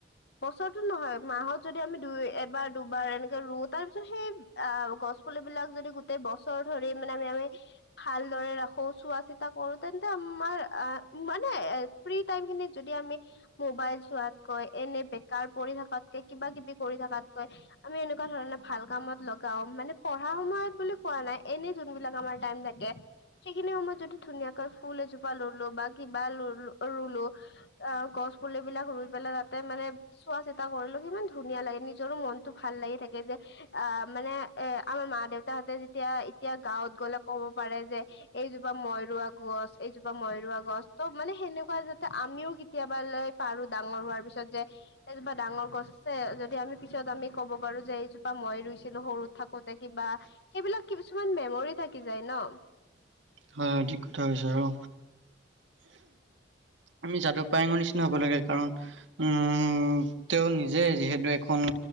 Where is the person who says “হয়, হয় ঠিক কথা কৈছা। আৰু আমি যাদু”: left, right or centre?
Right